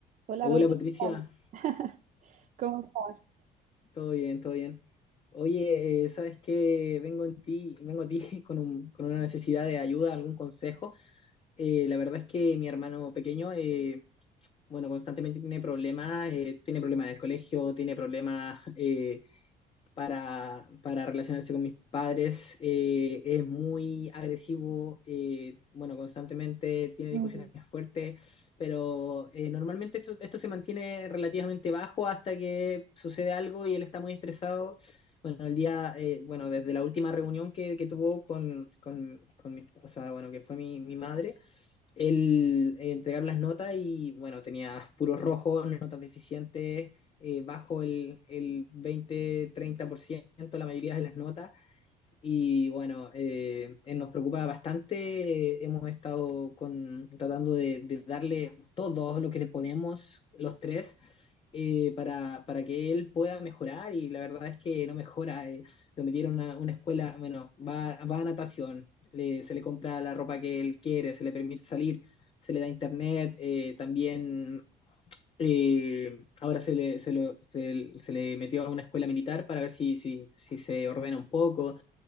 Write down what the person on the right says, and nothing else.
Hola,
Rodrigo.
¿qué tal? <laughs> ¿Cómo estás?
Mm,